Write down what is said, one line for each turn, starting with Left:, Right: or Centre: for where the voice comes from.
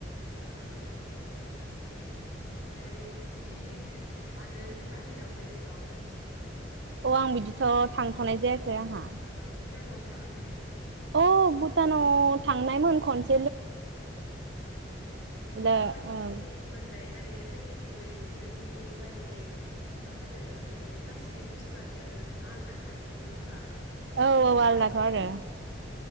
Left: अ ओ ओमफ्राय दि हादोरनि बाहेरायाव बेलेगाव
Right: अ आं बिदिथ' थांथ'नाय जायाखै आंहा
Left: ओ भुटानावबो थाङाखै नोङो
Right: औ भुटानाव थांना आइ मोन खनस
Left: ओ ओ
Right: दा
Left: माबायदि
Right: ओं
Left: मोननाय माने जोंनिख्रुइ बेसि सोरनि माने मा होनो बे गासै बुस्थुआनो आलदा खान नोङा होमबा?
Right: औ औ आलदाथ'
Left: उम
Right: आरो
Left: उम